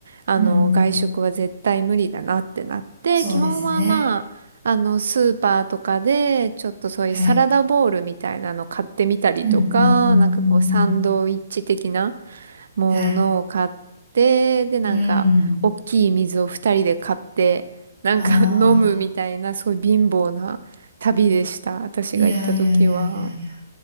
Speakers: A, on the right (about 60°); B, on the right (about 40°).
A: あの、
B: うんうんうん。
A: 外食は絶対無理だなってなって、
B: そうですね。
A: 基本はまあ、あの、スーパーとかで、ちょっとそういうサラダボウルみたいなの買ってみたりとか、
B: はい。うんうんうんうんうん。
A: なんかこう、サンドイッチ的なものを買って、
B: はい。
A: で、なんか、
B: うん。
A: 大きい水を二人で買って、なんか
B: あ
A: <laughs> 飲むみたいな、
B: あ。
A: すごい貧乏な旅でした。私が行った時は。
B: いやいやいやいやいや。